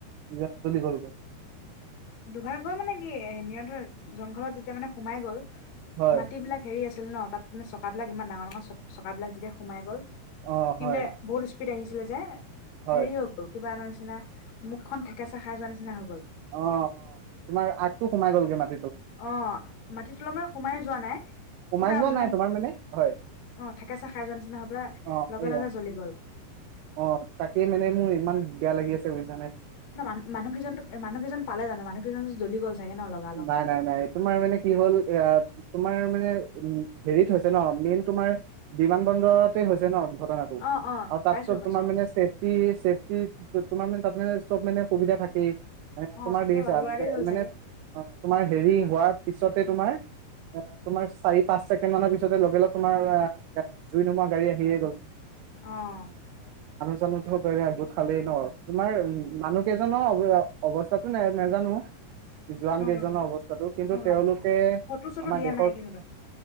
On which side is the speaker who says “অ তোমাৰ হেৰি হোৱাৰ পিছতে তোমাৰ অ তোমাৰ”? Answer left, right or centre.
Right